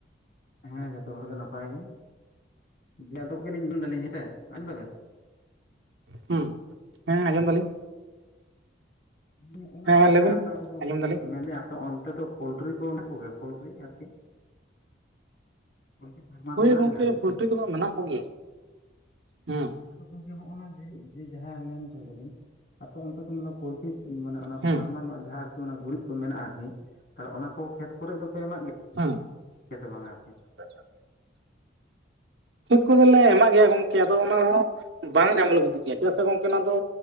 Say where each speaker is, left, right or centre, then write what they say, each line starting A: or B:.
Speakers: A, on the left; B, on the right.
A: ᱦᱮᱸ ᱡᱚᱛᱚ ᱦᱚᱲ ᱜᱮ ᱱᱟᱯᱟᱭ ᱜᱮ ᱫᱮ ᱟᱫᱚ ᱠᱚᱜᱮᱞᱤᱧ ᱢᱮᱱᱫᱟᱞᱤᱧ ᱦᱮᱸᱥᱮ ᱟᱸᱡᱚᱢ ᱫᱟ ᱵᱤᱱ
B: ᱦᱩᱸ ᱦᱮᱸ ᱟᱸᱡᱚᱢ ᱫᱟᱞᱤᱧ
A: ᱚᱱᱮ ᱚᱱᱟ
B: ᱦᱮᱸ
A: ᱡᱟᱦᱟᱸ
B: ᱦᱮᱸ ᱞᱟᱹᱭᱵᱮᱱ
A: ᱟᱯᱮ ᱚᱱᱛᱮ ᱫᱚ
B: ᱟᱸᱡᱚᱢ ᱫᱟᱞᱤᱧ
A: ᱢᱮᱱᱮᱫ ᱟ ᱚᱱᱛᱮ ᱫᱚ ᱯᱳᱞᱴᱨᱤ ᱠᱚ ᱢᱮᱱᱟᱜ ᱠᱚᱜᱮᱭᱟ ᱯᱳᱞᱴᱨᱤ ᱟᱨᱠᱤ <unintelligible> ᱯᱳᱞᱴᱤ <unintelligible> ᱯᱷᱟᱨᱢᱟ
B: ᱦᱳᱭ
A: ᱠᱚ ᱢᱮᱱᱟᱜ
B: ᱜᱚᱝᱠᱮ
A: ᱜᱮᱭᱟ ᱟᱨᱠᱤ
B: ᱯᱳᱞᱴᱨᱤ ᱠᱚᱫᱚ ᱢᱮᱱᱟᱜ ᱠᱚᱜᱮᱭᱟ ᱦᱩᱸ
A: ᱟᱫᱚ ᱜᱚᱢᱠᱮ ᱦᱚᱜᱼ ᱱᱟ ᱡᱮ ᱡᱮ ᱡᱟᱦᱟᱸ ᱢᱮᱱ ᱦᱚᱪᱚᱭ ᱫᱟᱞᱤᱧ ᱟᱯᱮ ᱚᱱᱛᱮ ᱫᱚᱼᱼ ᱯᱳᱚᱞᱴᱨᱤ ᱢᱟᱱᱮ ᱚᱱᱟ
B: ᱦᱩᱸ
A: ᱯᱷᱟᱨᱢᱟᱨ ᱨᱮᱱᱟᱜ ᱡᱟᱦᱟᱸ ᱟᱨᱠᱤ ᱚᱱᱟ ᱜᱩᱨᱤᱡ ᱠᱚ ᱢᱮᱱᱟᱜᱼᱟ ᱟᱨᱠᱤ ᱛᱟᱦᱚᱞᱮ ᱚᱱᱟ ᱠᱚ ᱠᱷᱮᱛ ᱠᱚᱨᱮ ᱫᱚᱯᱮ ᱮᱢᱟᱜ ᱜᱮᱭᱟ
B: ᱦᱮᱸ
A: ᱪᱮᱛᱮ ᱵᱟᱝᱟ ᱟᱨᱠᱤ
B: <unintelligible> ᱠᱷᱮᱛ ᱠᱚᱫᱚᱞᱮ ᱮᱢᱟᱜ ᱜᱮᱭᱟ ᱜᱚᱝᱠᱮ ᱟᱫᱚ ᱚᱱᱟ ᱦᱚᱸ ᱵᱟᱝ ᱧᱟᱢᱚᱜ ᱜᱮᱭᱟ ᱪᱮᱫᱟᱜ ᱥᱮ ᱜᱚᱝᱠᱮ ᱚᱱᱟ ᱫᱚ